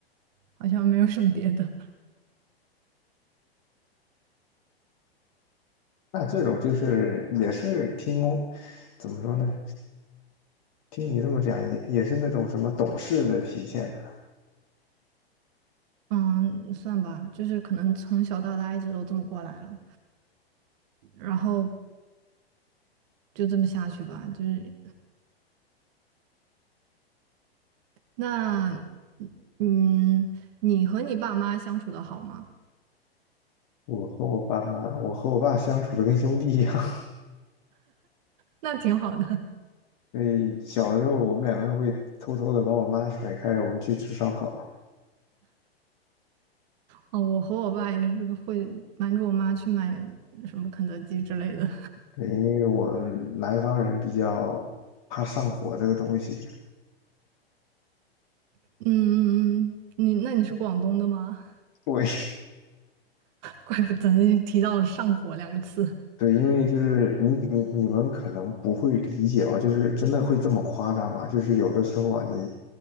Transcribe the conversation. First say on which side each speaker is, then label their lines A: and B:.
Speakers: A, on the right; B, on the left.
A: 好像没有什么别的。
B: 那这种就是也是听，怎么说呢？听你这么讲，也也是那种什么懂事的体现呢
A: 嗯，算吧，就是可能从小到大一直都这么过来了，然后就这么下去吧。就是那，嗯，你和你爸妈相处的好吗？
B: 我和我爸妈，我和我爸相处的跟兄弟一样。<laughs>
A: 那挺好的。
B: 所以小的时候，我们两个会偷偷的把我妈甩开，我们去吃烧烤。
A: 哦，我和我爸也是会瞒着我妈去买什么肯德基之类的。
B: 对，因为我们南方人比较怕上火这个东西。
A: <laughs> 嗯嗯嗯，你那你是广东的吗？
B: 对，
A: 怪不得你提到了上火两个字，
B: <laughs> 对，因为就是你你你们可能不会理解哦，就是真的会这么夸张啊？就是有的时候啊，你